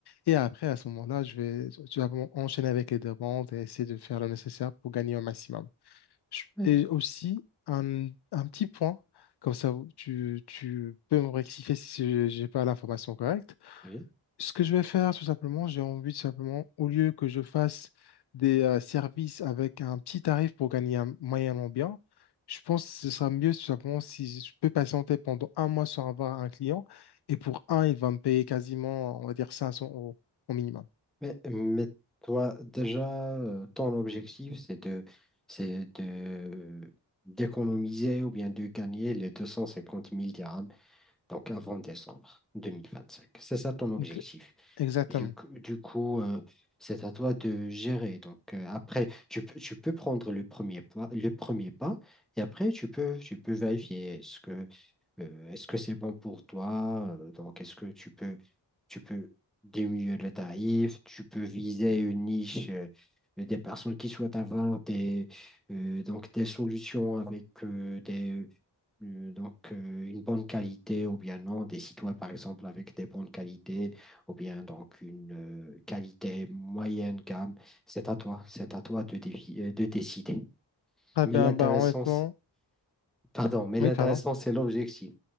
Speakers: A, on the left (about 65°); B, in the centre.
A: Et après, à ce moment-là, je vais, je vais enchaîner avec les demandes et essayer de faire le nécessaire pour gagner au maximum. Je-
B: ouais,
A: Et aussi, un, un petit point, comme ça vous- tu, tu peux me rectifier si j'ai pas l'information correcte.
B: oui.
A: Ce que je vais faire, tout simplement, j'ai envie de simplement, au lieu que je fasse des euh, services avec un petit tarif pour gagner un moyennement bien, je pense que ce sera mieux tout simplement si je peux patienter pendant un mois sans avoir un client. Et pour un, il va me payer quasiment, on va dire, 500 euros au minimum.
B: Mais, mais toi, déjà, euh, ton objectif, c'est de, c'est de, d'économiser ou bien de gagner les deux cent cinquante mille dirhams. donc avant décembre 2025. C'est ça ton objectif.
A: Donc, exactement.
B: Du, coup, du coup, euh, c'est à toi de gérer. Donc euh, après, tu, peux tu peux prendre le premier pas, le premier pas, et après tu peux, tu peux vérifier est-ce que euh, est-ce que c'est bon pour toi? Euh, Donc est-ce que tu peux tu peux diminuer le tarif, tu peux viser une niche. euh, des personnes qui souhaitent avoir des, euh, donc des solutions avec euh, des, euh, Donc, euh, une bonne qualité ou bien non, des sites web, par exemple, avec des bonnes qualités ou bien donc une euh, qualité moyenne gamme, c'est à toi, c'est à toi de, défi- euh, de décider.
A: Très
B: Mais
A: bien,
B: l'intéressant,
A: bah honnêtement,
B: c- pardon, mais l'intéressant,
A: oui, pardon.
B: c'est l'objectif